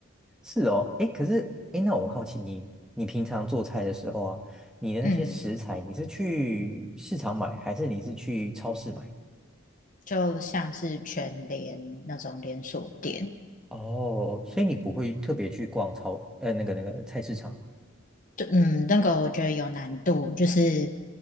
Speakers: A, in the centre; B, on the left (about 40°).
A: 是哦，诶，可是诶，那我好奇你，你平常做菜的时候啊，你的那些食材，
B: 嗯，
A: 你是去市场买，还是你是去超市买？
B: 就像是全联那种连锁店，
A: 哦，所以你不会特别去逛超，呃，那个那个菜市场。
B: 对，嗯，那个我觉得有难度，就是